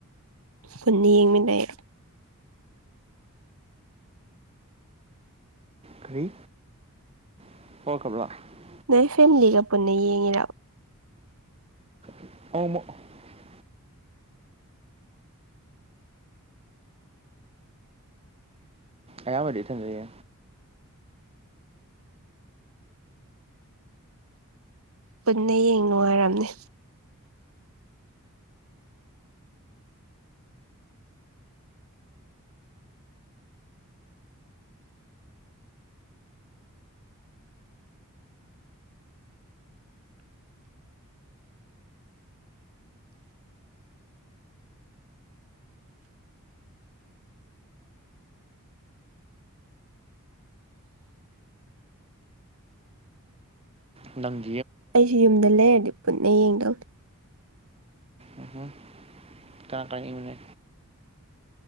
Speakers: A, on the right; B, on the right.
A: ꯄꯨꯟꯅ ꯌꯦꯡꯃꯤꯟꯅꯩ
B: ꯀꯔꯤ <unintelligible>
A: ꯅꯣꯏ ꯐꯦꯃꯤꯂꯤꯒ ꯄꯨꯟꯅ ꯌꯦꯡꯉꯤ
B: <unintelligible> ꯑꯌꯝꯕꯗꯤ ꯊꯦꯡꯅꯩꯌꯦ
A: ꯄꯨꯟꯅ ꯌꯦꯡ ꯅꯨꯡꯉꯥꯏꯔꯝꯅꯦ
B: ꯅꯪ
A: ꯑꯩꯁꯨ ꯌꯨꯝꯗ ꯂꯩꯔꯗꯤ ꯄꯨꯟꯅ <unintelligible>
B: ꯎꯝ ꯀꯅꯥ ꯀꯃꯤꯟꯅ